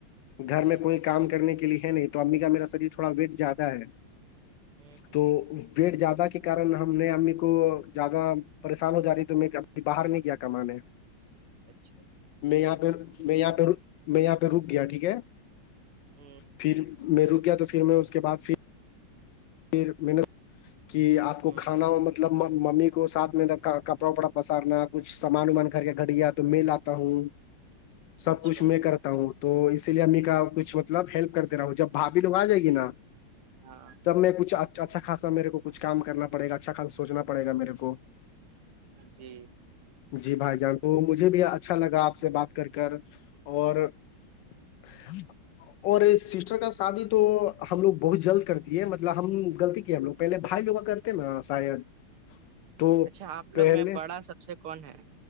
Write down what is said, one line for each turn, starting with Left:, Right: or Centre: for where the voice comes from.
Left: گھر
Right: جی
Left: میں کوئی کام کرنے کے لیے ہے نہیں تو امی کا میرا شریر تھوڑا ویٹ زیادہ ہے
Right: ہ ہ
Left: تو ویٹ زیادہ کے کار ہم نہیںمی کو زیادہ پریشان ہو جا رہی ت میںبھی باہر نہیں کیا کمانے
Right: اچھا ج
Left: میں یہاں پہ میں یہاں پہ میں یہاں پہ رک گیا ٹھیک ہے
Right: ہ
Left: پھر میں رک گیا تو پھر میں اس کے بعد پھر پھر میں نے کہ آپ کو
Right: ہ
Left: کھانا مطلب مطلب ممی کو سھ میں کپڑا وپڑا پسارنا کچھ سامان وامان گھر کے گھڑیا تو میں لاتا ہوں سب
Right: اچھا
Left: کچھ میں کرتا ہوں تو اسی لیے امی کا کچھ مطلب ہیلپ کرتے رہا ہوں جب بھاابھی لوگ آ جائے گی نا
Right: ہاں
Left: تب میں کچھ اچھا خاصا میرے کو کچھ کام کرنا پڑے گا اچھا خا سوچنا پڑےا میرے کو
Right: جی
Left: جی بھائی جان کو مجھے بھی اچھا لگا آپ سے بات کر کر اور <unintelligible> اور سسٹر کا شادی تو ہم لوگ بہت جلد کرتی ہے مطلب ہم غلطی کی ہم لگ پہلے بھائی لوگ کا کرتے ہیں نا شاید تو
Right: اچھا آپ
Left: پہلے
Right: لوگ میں بڑا سب سے کون ہے